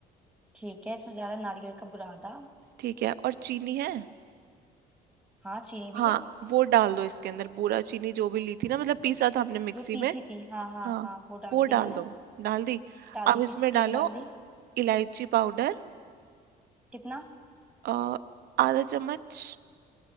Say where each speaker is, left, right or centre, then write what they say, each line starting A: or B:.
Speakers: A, in the centre; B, on the right (about 65°).
A: ठीक है इसमें जा रहा है नारियल का बुरादा
B: ठीक है और चीनी है
A: हाँ चीनी
B: हाँ
A: भी है
B: वो डाल दो इसके अंदर बूरा चीनी जो भी ली थी ना मतलब पीसा था हमने मिक्सी
A: जो पीसी
B: में
A: थी हाँ हाँ
B: हाँ
A: हाँ वो डाल
B: वो
A: दी मैंने
B: डाल दो डाल दी
A: डाल
B: अब
A: दी
B: इसमें
A: पीसी चीनी
B: डालो
A: डाल दी
B: इलायची पाउडर
A: कितना
B: अ, आधा चम्मच